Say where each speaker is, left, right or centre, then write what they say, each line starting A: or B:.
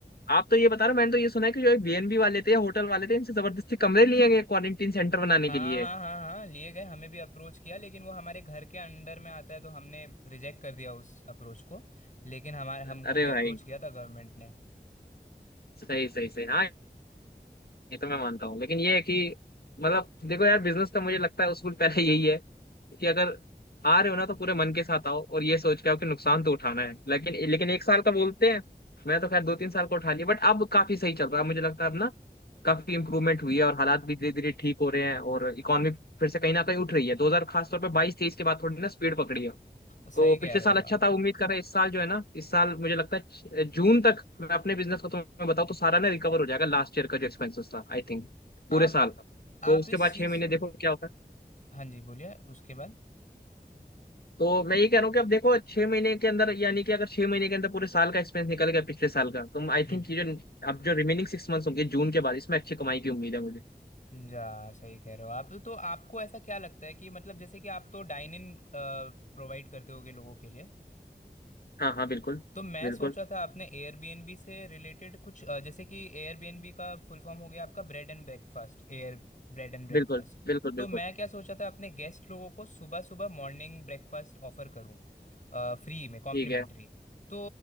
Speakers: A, on the left; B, on the left.
A: आप तो ये बता रहे हो मैंने तो ये सुना है कि जो बीएनबी वाले थे होटल वाले थे इनसे जबरदस्ती कमरे लिए गए क्वारंटीन सेंटर बनाने
B: हाँ
A: के लिए
B: हाँ हाँ हाँ लिए गए हमें भी अप्रोच किया लेकिन वो हमारे घर के अंडर में आता है तो हमने रिजेक्ट कर दिया उस अप्रोच को लेकिन हमारे हमको
A: अरे
B: भी अप्रोच
A: भाई
B: किया था गवर्नमेंट ने
A: सही सही सही हाँ ये तो मैं मानता हूँ लेकिन ये है कि मतलब देखो यार बिजनेस का मुझे लगता है उसूल पहले यही है कि अगर आ रहे हो ना तो पूरे मन के साथ आओ और ये सोच के आओ कि नुकसान तो उठाना है लेकिन लेकिन एक साल का बोलते हैं मैं तो खैर दो तीन साल का उठा लिया बट अब काफी सही चल रहा है मुझे लगता है अब ना काफी इंप्रूवमेंट हुई है और हालात भी धीरे धीरे ठीक हो रहे हैं और इकोनॉमी फिर से कहीं ना कहीं उठ रही है दो हजार खासतौर पर बाईस तेईस के बाद थोड़ी ना स्पीड पकड़ी है
B: सही
A: तो
B: कह
A: पिछले
B: रहे
A: साल
B: हो
A: अच्छा
B: आप
A: था उम्मीद कर रहे हैं इस साल जो है ना इस साल मुझे लगता है छ- जून तक मैं अपने बिजनेस को तुम्हें बताऊँ तो सारा ना रिकवर हो जाएगा लास्ट ईयर का जो एक्सपेंसेस था आई थिंक पूरे
B: आप
A: साल का
B: आप
A: तो उसके
B: इस
A: बाद
B: चीज़
A: छह महीने
B: को
A: देखो क्या होता है
B: हाँ जी बोलिए उसके बाद
A: तो मैं ये कह रहा हूँ कि अब देखो छह महीने के अंदर यानी कि अगर छह महीने के अंदर पूरे साल का एक्सपेंस निकल गया पिछले साल का तो आई
B: हम्म
A: थिंक ये जो अब जो रिमेनिंग सिक्स मंथ्स होंगे जून के बाद इसमें अच्छी कमाई की उम्मीद है मुझे
B: जा सही कह रहे हो आप तो आपको ऐसा क्या लगता है कि मतलब जैसे कि आप तो डाइन इन प्रोवाइड करते होगे लोगों के लिए
A: हाँ हाँ बिल्कुल
B: तो मैं
A: बिल्कुल
B: सोच रहा था आपने एयरबीएनबी से रिलेटेड कुछ अ, जैसे कि एयरबीएनबी का फुल फॉर्म हो गया आपका bread and breakfast air bread and breakfast
A: बिल्कुल बिल्कुल
B: तो
A: बिल्कुल
B: मैं क्या सोच रहा था अपने गेस्ट लोगों को सुबह सुबह मॉर्निंग ब्रेकफास्ट ऑफर करूं फ्री में कॉम्प्लीमेंट्री
A: ठीक है
B: तो